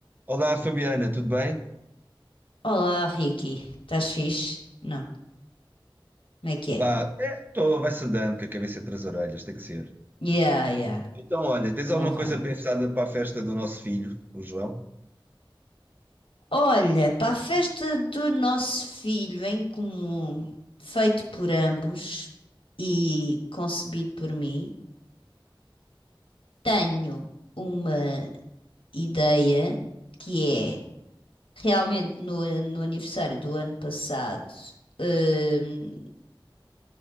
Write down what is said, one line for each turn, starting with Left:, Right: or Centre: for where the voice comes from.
Right: Olá, Fabiana, tudo bem?
Left: Olá, Ricky. Estás fixe? Não. Como é que
Right: Pá,
Left: é?
Right: é, tô, vai-se andando com a cabeça entre as orelhas, tem que ser.
Left: Yeah, yeah.
Right: Então, olha, tens
Left: Convém.
Right: alguma coisa pensada para a festa do nosso filho, o João?
Left: Olha, para a festa do nosso filho em comum, feito por ambos e concebido por mim, tenho uma ideia que é realmente no, no aniversário do ano passado. hum,